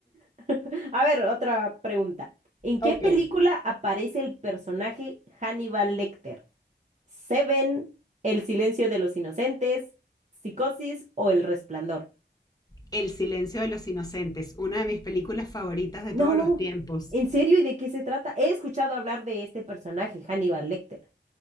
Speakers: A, on the right; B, on the left.
A: <laughs> A ver, otra pregunta. ¿En
B: Ok.
A: qué película aparece el personaje Hannibal Lecter? ¿Seven, El silencio de los inocentes, Psicosis o El resplandor?
B: El silencio de los inocentes, una de mis películas favoritas de
A: No,
B: todos los tiempos.
A: ¿en serio? ¿Y de qué se trata? He escuchado hablar de este personaje, Hannibal Lecter.